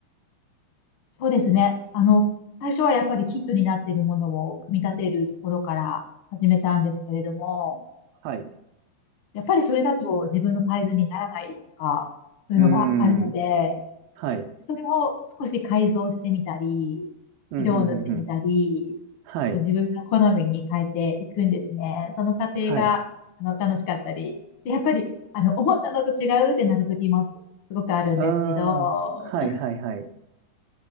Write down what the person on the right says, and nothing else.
はい。
うーん。はい。
うん、
ふんふんふん。はい。
はい。
ああ、はいはいはい。